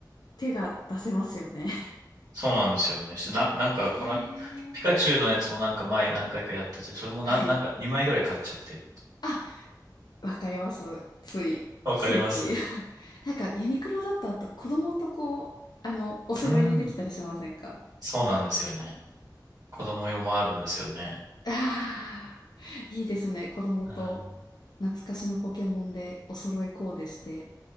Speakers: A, on the left (about 65°); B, on the right (about 55°).
A: 手が出せますよね。
B: そうなんですよね。して、な、なんか、
A: へ
B: この、ピカチュウのやつもなんか前何回かやってて、
A: え。
B: それもな、
A: はい。
B: なんか2枚ぐらい買っちゃって。
A: あ、わかります。つい、
B: わかります
A: ついつい。<laughs> なんか、ユニクロだと、あと子供とこう、あの、お揃いにできたりしませんか
B: うん。そうなんですよね。子供用もあるんですよね。
A: ああー、いいですね。子供と懐かしのポケモンでお揃いコーデして、
B: うん。